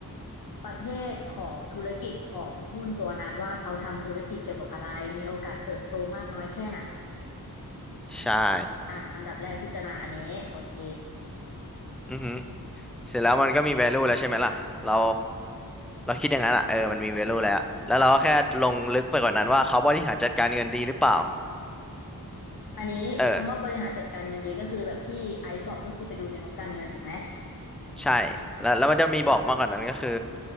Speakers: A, on the left; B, in the centre.
A: ประเภทของธุรกิจของหุ้นตัวนั้นว่าเขาทำธุรกิจเกี่ยวกับอะไรมีโอกาสเติบโตมากน้อยแค่ไหน
B: ใช่
A: อ่ะอันดับแรกพิจารณาอันนี้โอเค
B: อือฮึเสร็จแล้วมันก็มี value แล้วใช่ไหมล่ะเราเราคิดอย่างนั้นอ่ะเออมันมี value แล้วแล้วเราก็แค่ลงลึกไปกว่านั้นว่าเขาบริหารจัดการเงินดีหรือเปล่า
A: อันนี้คำว่าบริหารจัดการเงินดีก็คือแบบที่ไอซ์บอกก็คือไปดูในงบการเงินถูกไหม
B: เออใช่แล้วแล้วมันจะมีบอกมากกว่านั้นก็คือ